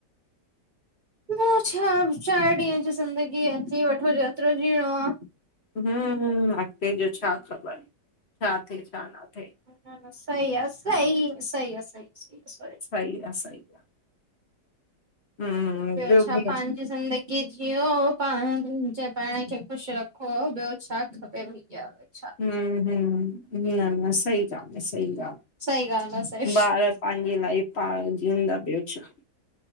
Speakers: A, on the right; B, on the left.
A: ॿियो छा, चार ॾींयन जी ज़िंदगी आ ॼी वठो जेतरो जियणो आ।
B: हम्म उम्म, अॻते जो छा ख़बर छा थेए छा न थेए।
A: न-न सही आ, सही सही आ, सही सही स
B: सही आ, सही आ। हम्म
A: ॿियो छा
B: ॿुधायो
A: पाण पांॼी ज़िंदगी जिओ पांजे पाण खे ख़ुशिश रखो ॿियो छा खपेव। ये क्या आ रहा है?
B: हम्म हम्म, न-न सही ॻाल आ, सही ॻाल,
A: सही ॻाल्हि
B: हम्म
A: आ सही
B: ॿार पांजी लाइफ़ पाण जीयंदा, ॿियो छा।